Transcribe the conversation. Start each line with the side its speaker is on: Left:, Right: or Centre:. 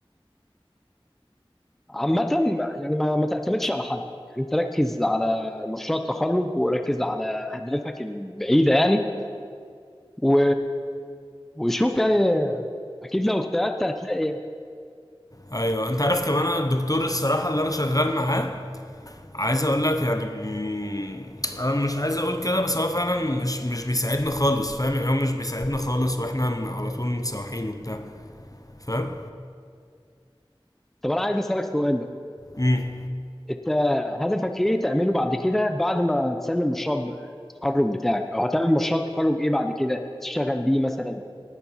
Centre: عامة يعني ما, ما تعتمدش على حد يعني انت ركز على مشروع التخرج وركز على اهدافك البعيدة يعني و... وشوف يعني اكيد لو اجتهدت هتلاقي يعني.
Left: ايوه انت عارف كمان انا الدكتور الصراحة اللي انا شغال معاه عايز اقول لك يعني مم، انا مش عايز اقول كده بس هو فعلا مش مش بيساعدنا خالص فاهم يعني هو مش بيساعدنا خالص واحنا م- على طول متسوحين وبتاع فاهم
Centre: طب انا عايز اسالك سؤال بقى
Left: امم
Centre: انت هدفك ايه تعمله بعد كده بعد ما تسلم مشروع ب- التخرج بتاعك او هتعمل مشروع التخرج ايه بعد كده تشتغل بيه مثلا